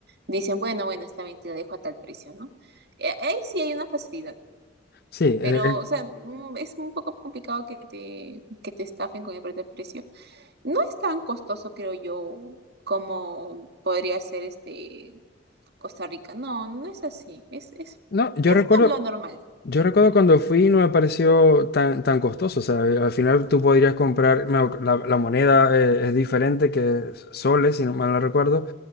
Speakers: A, on the right; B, on the left.
A: dicen, bueno, bueno, está bien, te la dejo a tal precio, ¿no? Eh, Ahí sí hay una facilidad.
B: Sí, eh,
A: Pero,
B: eh,
A: o sea, mm, es un poco complicado que te, que te estafen con el pre- precio. No es tan costoso, creo yo, como podría ser este Costa Rica. No, no es así. Es, es,
B: No, yo
A: es
B: recuerdo,
A: lo normal.
B: yo recuerdo cuando fui no me pareció tan, tan costoso. O sea, eh, al final tú podrías comprar, me- la, la moneda eh, es diferente que soles, si no mal no recuerdo